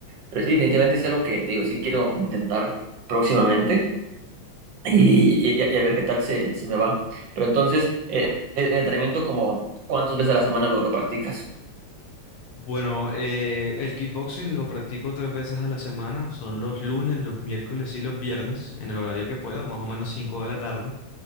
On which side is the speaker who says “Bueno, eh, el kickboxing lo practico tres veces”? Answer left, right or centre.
Left